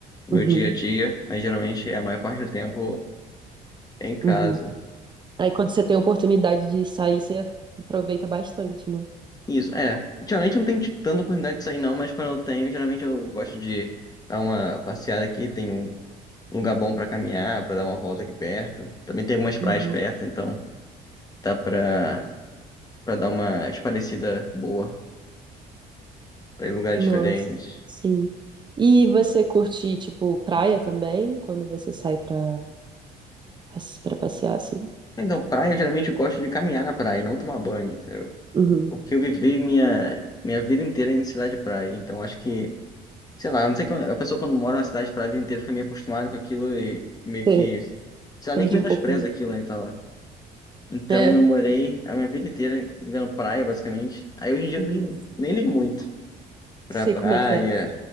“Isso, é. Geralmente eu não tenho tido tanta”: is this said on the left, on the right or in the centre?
Left